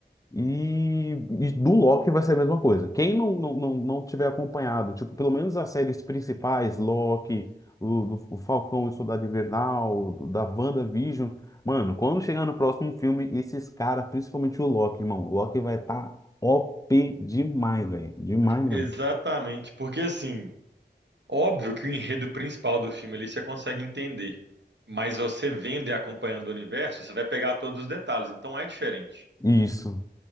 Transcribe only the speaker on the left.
E, e do Loki vai ser a mesma coisa. Quem não, não, não, não tiver acompanhado, tipo, pelo menos as séries principais, Loki, o, o Falcão e o Soldado Invernal, do- da WandaVision, mano, quando chegar no próximo filme, esses caras, principalmente o Loki, irmão, o Loki vai estar OP demais, velho. Demais mesmo.
Isso.